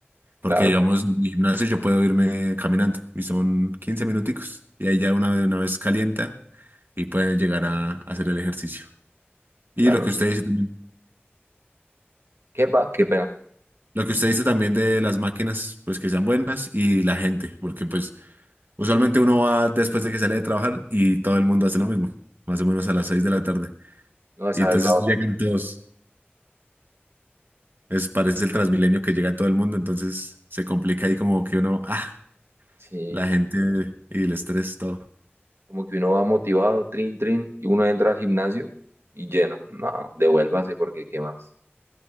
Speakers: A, on the right; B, on the right.
A: Porque,
B: Claro,
A: digamos, en mi gimnasio yo puedo irme caminando y son 15 minuticos y ahí ya una, una vez calienta y puede llegar a a hacer el ejercicio. Y
B: claro.
A: lo que
B: ¿no?
A: usted dice también
B: ¿Qué va? Qué pena.
A: Lo que usted dice también de las máquinas, pues que sean buenas y la gente, porque pues usualmente uno va después de que sale de trabajar y todo el mundo hace lo mismo, más o menos a las 6 de la tarde.
B: No, esa
A: Y entonces
B: es la hora.
A: llegan todos, es, parece el Transmilenio que llega todo el mundo, entonces se complica ahí como que uno, ah,
B: Sí,
A: la gente y el estrés, todo.
B: como que uno va motivado, trin, trin, y uno entra al gimnasio y lleno. No, devuélvase porque qué más.